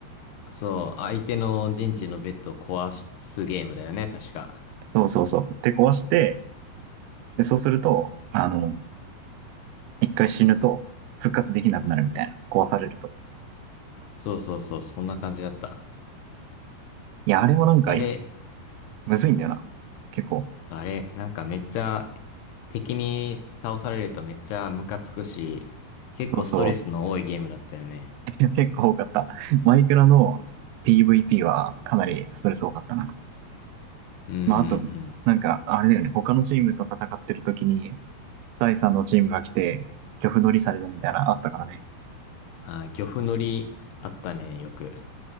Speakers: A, on the left (about 75°); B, on the right (about 85°).
A: そう、相手の陣地のベッドを壊すゲームだよね、確か。
B: そうそうそう。で、壊して、で、そうすると、あの、一回死ぬと復活できなくなるみたいな。壊されると。
A: そうそうそう、そんな感じだった。
B: いや、あれもなんか、
A: あれ、
B: むずいんだよな。結構。
A: あれ、なんかめっちゃ、敵に倒されるとめっちゃムカつくし、結構ストレスの多いゲームだったよね。
B: そうそう。結構多かった。マイクラの PVP はかなりストレス多かったな。
A: うんうんう
B: まあ、あと、
A: ん。
B: なんか、あれだよね、他のチームと戦ってる時に、第3のチームが来て、漁夫乗りされるみたいな、あったからね。
A: ああ、漁夫乗りあったね、よく。